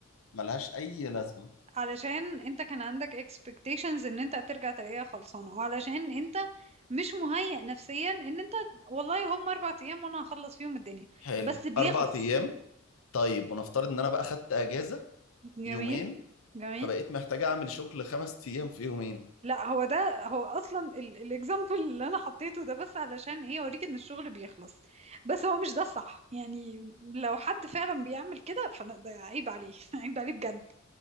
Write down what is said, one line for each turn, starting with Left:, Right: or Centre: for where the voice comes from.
Left: ملهاش اي لازمة
Right: علشان انت كان عندك expectations ان انت هترجع تلاقيها خلصانة وعلشان انت مش مهيأ نفسيا ان انت والله هم اربع ايام وانا هخلص فيهم الدنيا
Left: حلو
Right: بس بيخلص
Left: اربع ايام طيب ونفترض ان انا بقى خدت اجازة
Right: جميل
Left: يومين
Right: جميل
Left: فبقيت محتاج اعمل شغل خمس ايام في يومين
Right: لا هو ده هو اصلا الاكزامبل اللي انا حطيته ده بس علشان ايه اوريك ان الشغل بيخلص بس هو مش ده الصح يعني لو حد فعلا بيعمل كده فده عيب عليه <laughs> عيب عليه بجد